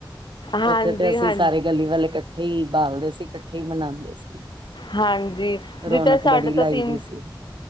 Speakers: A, on the left; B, on the right.
A: ਹਾਂਜੀ
B: ਉੱਥੇ ਤੇ ਅਸੀਂ
A: ਹਾਂ
B: ਸਾਰੇ ਗਲੀ ਵਾਲੇ ਇਕੱਠੇ ਹੀ ਬਾਲਦੇ ਸੀ ਇਕੱਠੇ ਮਨਾਂਦੇ ਸੀ
A: ਹਾਂਜੀ ਜਿੱਦਾਂ
B: ਰੌਣਕ
A: ਸਾਡੇ
B: ਬੜੀ
A: ਤਾਂ
B: ਲਾਈ
A: ਤਿੰਨ
B: ਦੀਈ ਸੀ